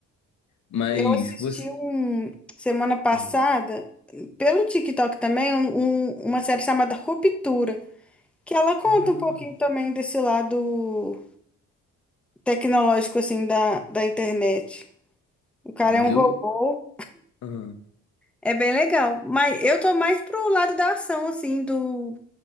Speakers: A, on the left; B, in the centre.
A: Mas
B: Eu assisti
A: você.
B: um, semana passada,
A: Uhum.
B: pelo TikTok também, um- um- uma série chamada Ruptura, que ela conta
A: Ah,
B: um pouquinho também desse lado tecnológico, assim, da, da internet. O cara
A: eu.
B: é um robô,
A: Uhum.
B: é bem legal. Mas eu tô mais pro lado da ação, assim, do